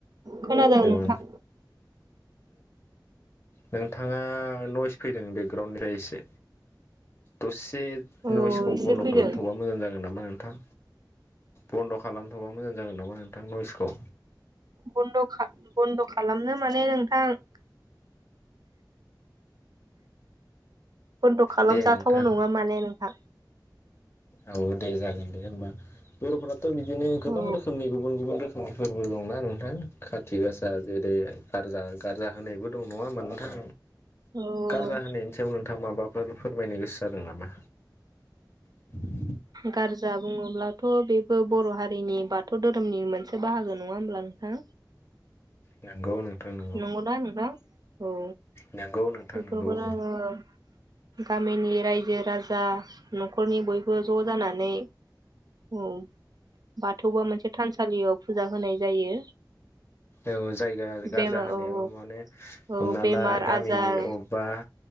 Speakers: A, on the right; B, on the left.
A: खोनादों
B: औ
A: नोंथां
B: ओ नोंथाङा नयस फैदों बेउग्राउन्डनिफ्राय एसे दस बे
A: औ
B: नयसखौ
A: एसे
B: बन्द'
A: फैदों
B: खालामथ'बा मोजां जागोन नामा नोंथां बन्द' खालामथ'बा मोजां जागोन नामा नोंथां नइसखौ
A: बन्द' खा खालामनो माने नोंथां बन्द' खालामजाथाव
B: दे नोंथां
A: नङा माने नोंथां
B: औ दे जागोन दे होमबा बर'फ्रा बिदिनो गोबां
A: औ
B: रोखोमनि गुबुन गुबुन रोखोम खोमनिफोरबो दंना नोंथां खाारथि गासा जेरै गारजा गारजा होनायबो दं नङा होनबा नोंथां
A: औ
B: गारजा
A: औ
B: होनायनि सायाव नोंथां माबा फोर फोरमायनो गोसो जादों नामा <inaudible>
A: गारजा बुङोब्लाथ' बेबो बर' हारिनि बाथौ धोरोमनि मोनसे बाहागो नङा होमब्ला नोंथां
B: नंगौ नोंथां नंगौ
A: नंगौना नोंथां औ
B: नंगौ नोंथां
A: बेफोरखौनो
B: नंगौ औ
A: आङो गामिनि रायजो राजा न'खरनि बयबो ज' जानानै औ बाथौआ मोनसे थानसालि सालियाव फुजा होनाय जायो
B: औ जायगा गारजा
A: बेमार
B: होनायाव
A: औ औ
B: माने
A: औ
B: हमना
A: बेमार
B: ला गामिनि
A: आजार
B: अबेबा